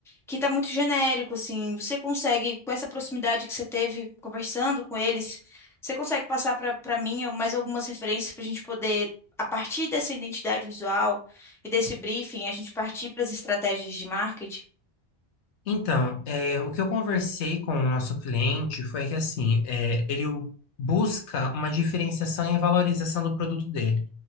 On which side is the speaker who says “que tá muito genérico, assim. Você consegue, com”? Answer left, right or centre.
Centre